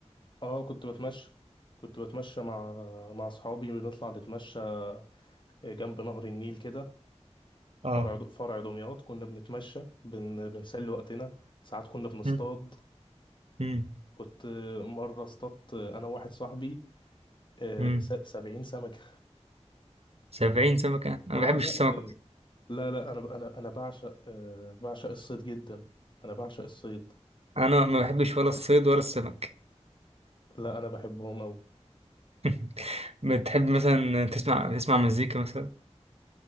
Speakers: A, on the left; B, on the right.
A: اه كنت بتمشى كنت بتمشى مع مع اصحابي بنطلع نتمشى آه، جنب نهر النيل كده
B: اه
A: فرع د- فرع دمياط كنا بنتمشى بن... بنسلي وقتنا ساعات كنا بنصطاد
B: امم امم
A: كنت مرة اصطادت انا واحد صاحبي آه،
B: امم
A: س- سبعين سمكة
B: 70 سمكة
A: <laughs>
B: انا
A: اه
B: ما بحبش
A: لا
B: السمك
A: آه،
B: أصلاً.
A: لا لا انا انا انا بعشق آه، بعشق الصيد جدا انا بعشق الصيد
B: انا ما بحبش ولا الصيد ولا السمك
A: لا انا بحبهم قوي
B: <laughs> بتحب مثلا تسمع تسمع مزيكا مثلا